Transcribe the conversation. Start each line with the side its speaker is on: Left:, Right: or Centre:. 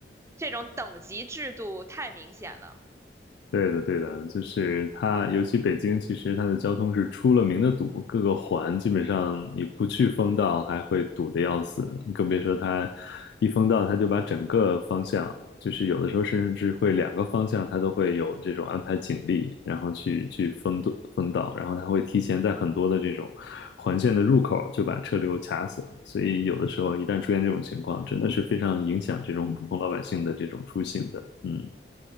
Right: 这种等级制度太明显了。
Left: 对的，对的，就是它，尤其北京，其实它的交通是出了名的堵，各个环基本上你不去封道，还会堵得要死，更别说它一封道，它就把整个方向，就是有的时候甚至会两个方向，它都会有这种安排警力，然后去去封堵封道，然后它会提前在很多的这种环线的入口就把车流卡死了，所以有的时候一旦出现这种情况，真的是非常影响这种普通老百姓的这种出行的，嗯。